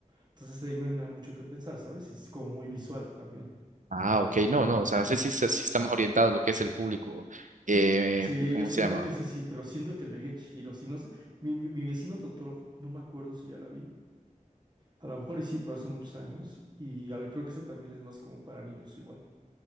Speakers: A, on the right; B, on the right.
A: Entonces ahí no hay nada mucho que pensar, ¿sabes? Y es como muy visual también.
B: Ah, ok, no, no, o sea, sí, sí, sí sí está más orientado a lo que es el público, eh,
A: Sí,
B: ¿cómo
A: yo siento
B: se llama?
A: que es así, pero siento que el viaje de Chihiro, si no sé, mi, mi- mi vecino Totoro, no me acuerdo si ya la vi. A lo mejor y sí, pero hace muchos años. Y ya la- creo que esa también es más como para niños igual.